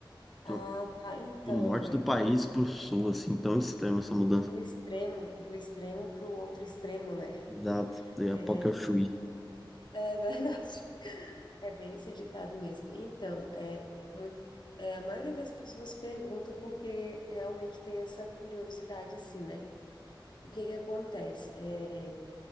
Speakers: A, in the centre; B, on the left (about 60°).
A: do,
B: Ah, tá. Então,
A: do norte
B: é
A: do
B: como
A: país pro sul, assim, tão extrema essa mudança?
B: o extremo, do extremo para o outro extremo, né?
A: Exato, daí a
B: É,
A: pouco eu fui.
B: é verdade. <laughs> É bem esse ditado mesmo. Então, é, muito, é, a maioria das pessoas perguntam porque realmente tem essa curiosidade assim, né? O que que acontece? É,